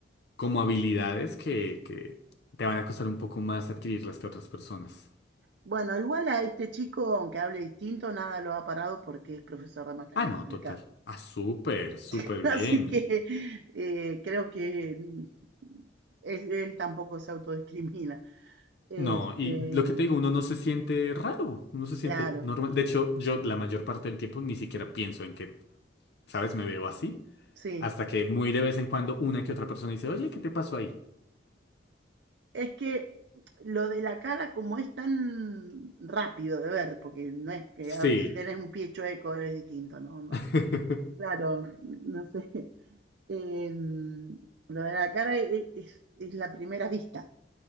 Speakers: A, on the left; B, on the right.
A: como habilidades que, que te van a costar un poco más adquirirlas que a otras personas.
B: bueno, igual a este chico, aunque hable distinto, nada lo ha parado porque es profesor de matemática.
A: Ah, no, total. Ah, súper, súper
B: <laughs> Así
A: bien.
B: que eh, creo que mm, es- él tampoco se autodiscrimina. Este,
A: No, y lo que te digo, uno no se siente raro, uno se siente
B: claro,
A: normal. De hecho, yo la mayor parte del tiempo ni siquiera pienso en que, ¿sabes? Me veo así.
B: sí.
A: Hasta que muy de vez en cuando una que otra persona dice, oye, ¿qué te pasó ahí?
B: Es que lo de la cara, como es tan rápido de ver, porque no es que
A: Sí.
B: a ver, si tenés un pie chueco es distinto, ¿no? No
A: <laughs>
B: sé. Claro, no sé. <laughs> Em, lo de la cara e- e, es, es la primera vista.